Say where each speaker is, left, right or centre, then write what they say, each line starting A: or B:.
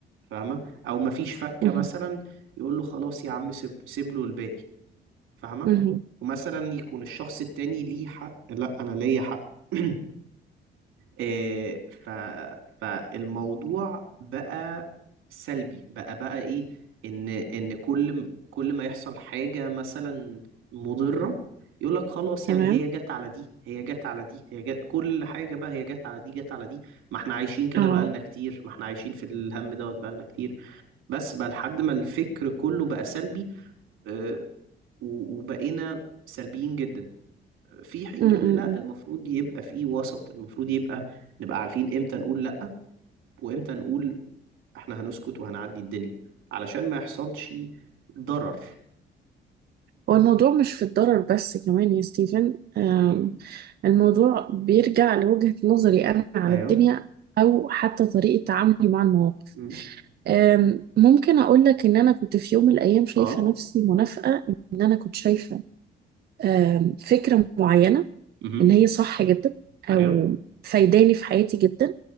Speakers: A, on the right (about 85°); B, on the right (about 55°).
A: فاهمة أو مفيش فكة
B: امم
A: مثلا يقول له خلاص يا عم سيب, سيب له الباقي فاهمة
B: امم
A: ومثلا يكون الشخص التاني ليه حق لا أنا ليا حق <clears throat> إيه، ف... فالموضوع بقى سلبي بقى بقى ايه ان ان كل كل ما يحصل حاجة مثلا مضرة يقول لك خلاص
B: تمام
A: يعني هي جت على دي هي جت على دي هي جت كل حاجة بقى هي جت على دي جت على دي ما احنا عايشين كده
B: اه
A: بقالنا كتير ما احنا عايشين في الهم دوت بقالنا كتير بس بقى لحد ما الفكر كله بقى سلبي آه، و- وبقينا سلبيين جدا في حين
B: امم
A: ان لا المفروض يبقى في وسط المفروض يبقى نبقى عارفين امتى نقول لا وامتى نقول احنا هنسكت وهنعدي الدنيا علشان ما يحصلش ضرر
B: هو الموضوع مش في الضرر بس كمان يا ستيفن آم،
A: مهم.
B: الموضوع بيرجع لوجهة نظري أنا على
A: ايوه
B: الدنيا أو حتى طريقة تعاملي مع المواقف
A: مهم.
B: أم، ممكن أقول لك إن أنا كنت في يوم من الأيام شايفة
A: اه
B: نفسي منافقة إن أنا كنت شايفة أم، فكرة معينة
A: مهم.
B: إن هي صح جدا
A: ايوه
B: أو فايداني في حياتي جدا